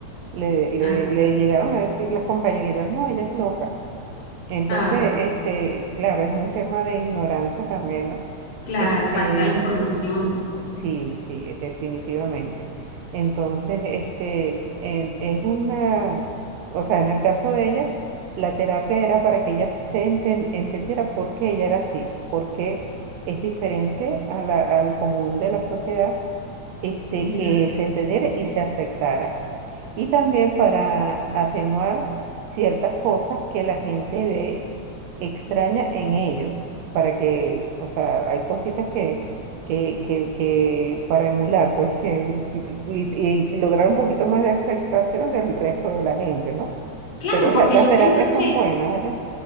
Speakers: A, on the right; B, on the left.
A: le, le,
B: ah,
A: le llegaron a decir las compañeritas, no, ella es loca. Entonces,
B: ah,
A: este, claro, es un tema de ignorancia también, ¿no?
B: claro,
A: Este,
B: falta de información.
A: sí, sí, definitivamente. Entonces, este, en- es una, o sea, en el caso de ella, la terapia era para que ella se enten- entendiera por qué ella era así, por qué es diferente a la- al común de la sociedad, este,
B: Ya.
A: que se entendiera y se aceptara y también para atenuar ciertas cosas que la gente ve extraña en ellos, para que, o sea, hay cositas que, que, que, que para emular, pues, que, que- y, y lograr un poquito más de aceptación del resto de la gente, ¿no?
B: Claro,
A: Pero, o
B: porque
A: sea, las
B: yo
A: terapias
B: pienso
A: son
B: que,
A: buenas, ¿vale?